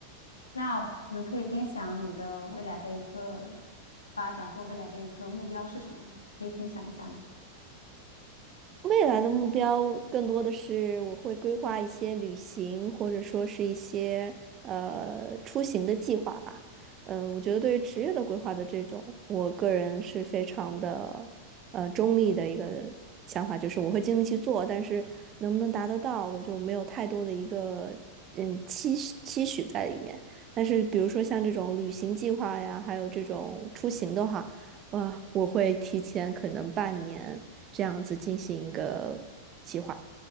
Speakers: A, on the left (about 75°); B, on the right (about 30°).
A: 那我们可以分享你的未来的一个发展或未来的一个目标是什么呢？可以分享一下吗？
B: 未来的目标更多的是我会规划一些旅行，或者说是一些呃出行的计划吧。嗯、我觉得对于职业的规划的这种，我个人是非常的呃中立的一个想法，就是我会尽力去做，但是能不能达得到，我就没有太多的一个嗯期许期许在里面。但是比如说像这种旅行计划呀，还有这种出行的话。哇，我会提前可能半年这样子进行一个计划，